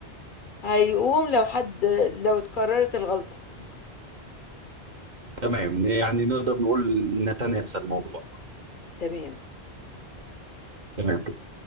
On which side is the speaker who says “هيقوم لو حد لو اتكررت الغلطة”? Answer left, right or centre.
Left